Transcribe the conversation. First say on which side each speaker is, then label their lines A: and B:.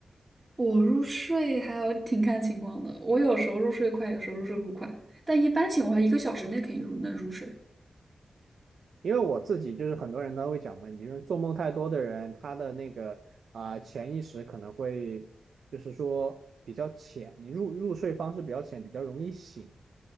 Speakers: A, on the right; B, on the right.
A: 我入睡还有挺看情况的，我有时候入睡快，有时候入睡不快，但一般情况下一个小时内肯定入能入睡。
B: 因为我自己就是很多人他会讲嘛，你比如说做梦太多的人，他的那个啊、潜意识可能会就是说比较浅，你入入睡方式比较浅，比较容易醒。